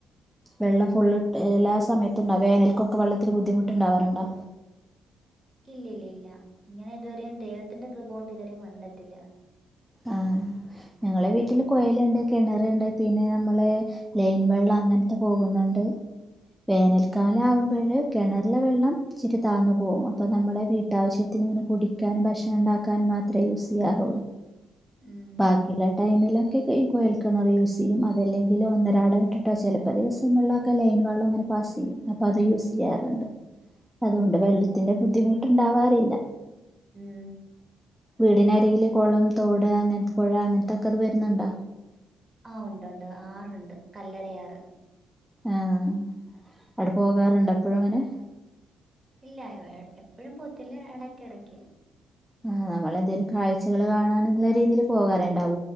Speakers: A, in the centre; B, on the right.
A: വെള്ളം ഫുള് എല്ലാ സമയത്തുണ്ടാ വേനൽക്കും വെള്ളത്തിന് ബുദ്ധിമുട്ടുണ്ടവാറുണ്ടോ?
B: ഇല്ലില്ലില്ല ഇങ്ങനെ ഇതുവരെയും ദൈവത്തിന്റെ കൃപ കൊണ്ട് ഇതുവരെയും വന്നിട്ടില്ല.
A: ആഹ് ഞങ്ങളെ വീട്ടില് കൊയലുണ്ട് കിണറുണ്ട് പിന്നെ നമ്മള ലൈൻ വെള്ളം അങ്ങനത്തെ പോകുന്നുണ്ട്. വേനൽക്കാലം
B: ഉം
A: ആകുമ്പോഴ് കിണ നല്ല വെള്ളം ച്ചിരി താന്നു പോകും അപ്പൊ നമ്മുടെ വീട്ടാവശ്യത്തിന് ഇങ്ങനെ കുടിക്കാനും ഭക്ഷണം ഉണ്ടാക്കാനും മാത്രമേ യൂസ് ചെയ്യാറുള്ളൂ.
B: ഉം
A: ബാക്കിലെ ടൈമിലൊക്കെ ഈ കൊഴൽക്കിണർ യൂസ് ചെയ്യും അതല്ലെങ്കിൽ ഒന്നരാട വിട്ടിട്ടോ ചിലപ്പോ ദിവസങ്ങളിലൊക്കെ ലൈൻ വെള്ളവും ഇങ്ങനെ പാസ്സ് ചെയ്യും. അപ്പോ അത് യൂസ് ചെയ്യാറുണ്ട്
B: ഉം
A: അതുകൊണ് വെള്ളത്തിന്റെ ബുദ്ധിമുട്ടുണ്ടാവാറില്ല.
B: ഉം
A: വീടിന എന്തില് കുളം ഇവിടെ അങ്ങനത്തെ പുഴ അങ്ങനത്തൊക്കെ അത് വരുന്നുണ്ടോ
B: ആഹ് ഉണ്ടണ്ട് ആറുണ്ട് കല്ലട ആറ്
A: ആഹ് അവിടെ പോകാറുണ്ടോ എപ്പോഴും അങ്ങനെ
B: ഇല്ല എപ്പോഴും പോത്തില്ല ഇടക്ക് ഇടക്ക്
A: ആഹ് നമ്മളെന്തേലും കാഴ്ചകൾ കാണാനുള്ള രീതിയിൽ പോകാറുണ്ട്